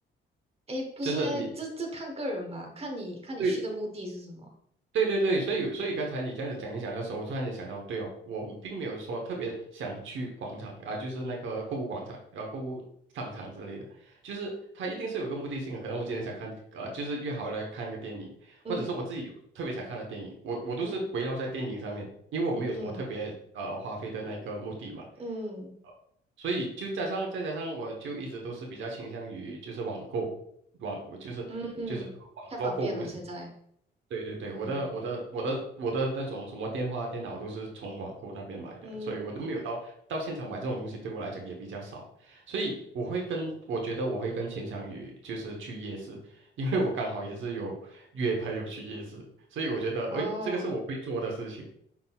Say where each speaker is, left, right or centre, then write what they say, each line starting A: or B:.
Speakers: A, on the right (about 30°); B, on the right (about 75°).
A: 诶，不是诶，
B: 就是你。
A: 这这看个人吧，看你看你去的目的是什么，
B: 对。对对对，所以所以刚才你这样子讲一讲的时候，我突然间想到，对哦，我们并没有说特别想去广场啊、就是那个购物广场啊、购物商场之类的，就是它一定是有个目的性的。可能我今天想看呃，就是约好了看个电影，
A: 嗯
B: 或者是我自己有特别想看的电影，我我都是围绕在电影上面，
A: 嗯
B: 因为我没有什么特别呃花费的那个目的嘛。
A: 嗯嗯
B: 呃所以就加上再加上，我就一直都是比较倾向于就是网购，网我就是就是网络购物，
A: 嗯嗯，太方便了现在，
B: 对对对，
A: 嗯
B: 我的我的我的我的那种什么电话、电脑都是从网购那边买的，
A: 嗯
B: 所以我都没有到到现场买这种东西，对我来讲也比较少，所以我会跟我觉得我会跟倾向宇就是去夜市，因为我刚好也是有约朋友去夜市，所以我觉得诶，
A: 哦，
B: 这个是我会做的事情。